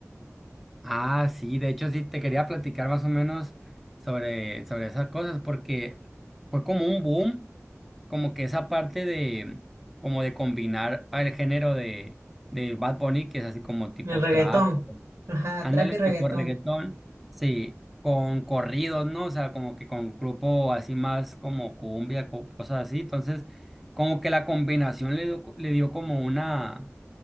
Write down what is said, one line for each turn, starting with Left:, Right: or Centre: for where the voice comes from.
Centre: Ah, sí, de hecho sí te quería platicar más o menos sobre, sobre esas cosas porque fue como un boom, como que esa parte de como de combinar el género de, de Bad Bunny, que es así como tipo
Right: El reggaetón.
Centre: trap
Right: Ajá,
Centre: Ándale,
Right: trap y reggaetón.
Centre: tipo reggaetón, sí, con corridos, ¿no? O sea, como que con grupo así más como cumbia, co- cosas así. Entonces, como que la combinación le dio, le dio como una,